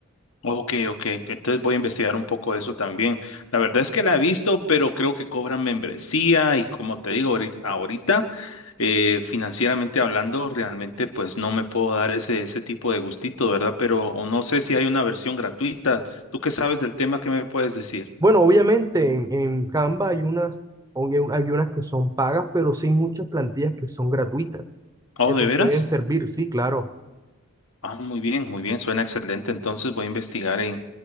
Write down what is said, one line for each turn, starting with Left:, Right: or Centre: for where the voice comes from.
Left: Ok, ok. Entonces voy a investigar un poco de eso también. La verdad es que la he visto, pero creo que cobran membresía y como te digo ahorita, ahorita, eh, financieramente hablando, realmente pues no me puedo dar ese, ese tipo de gustito, ¿verdad? Pero o no sé si hay una versión gratuita. ¿Tú qué sabes del tema? ¿Qué me puedes decir?
Right: Bueno, obviamente en, en Canva hay unas, obvia- hay unas que son pagas, pero sí hay muchas plantillas que son gratuitas,
Left: ¿Oh,
Right: que
Left: de
Right: te
Left: veras?
Right: pueden servir, sí, claro.
Left: Ah, muy bien, muy bien, suena excelente. Entonces voy a investigar en,